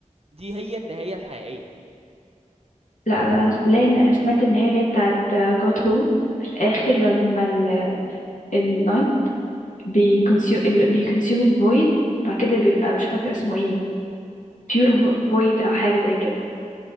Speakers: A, on the right; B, on the left.
A: دي هي النهاية الحقيقية
B: لا أنا س- لا أنا سمعت إن هي اللي هي بتاعت جوت هوم في الآخر لما ال- النايت بيكونسيوم بيكونسيوم الفويد وبعد كده بيبقى مش فاكرة اسمه ايه بيور فويد أو حاجة زي كده